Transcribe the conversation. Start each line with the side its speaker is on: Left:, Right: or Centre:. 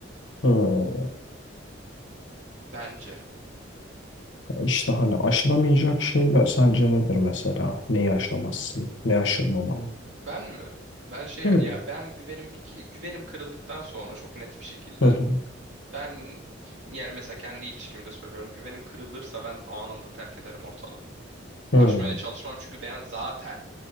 Left: Hı.
Right: Bence.
Left: İşte hani aşılamayacak şeyler sence nedir mesela? Neyi aşamazsın? Ne aşılmamalı?
Right: Ben mi? Ben şey ya
Left: Hı hı,
Right: ben güvenim bir güvenim kırıldıktan sonra çok net bir şekilde.
Left: hı hı,
Right: Ben yani mesela kendi ilişkimde söylüyorum. Güvenim kırılırsa ben anında terk ederim ortalığı. Aşmaya
Left: hı
Right: çalışmam çünkü ben zaten